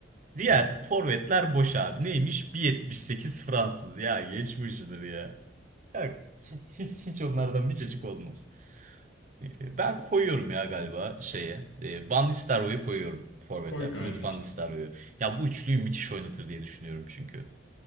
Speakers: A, on the right (about 40°); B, on the left (about 70°).
A: Diğer
B: Yani,
A: forvetler boş abi. Neymiş? 1.78 Fransız. Ya geçmiştir ya. Ya hiç, hiç, hiç onlardan bir cacık olmaz. E, Ben koyuyorum ya galiba şeye. E, Van Nistelrooy'u koyuyorum forvete.
B: koy kardeşim.
A: Ruud van Nistelrooy'u. Ya bu üçlüyü müthiş oynatır diye düşünüyorum çünkü.